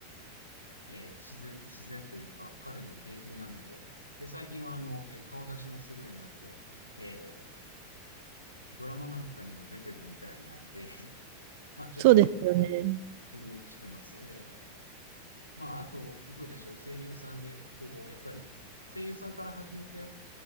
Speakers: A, on the left; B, on the right.
A: えー、自然、自然というか、彼の芸風なので、で、最近はあの、えー顔出しもするようになって、えー、ドラマなんかにも出てるみたいなんで、<laughs> まあちょっと
B: そうですよね。
A: 注目してます。えー、まああと、どうでしょう、声優さんで、こう、やっぱり、声優さんから始めて、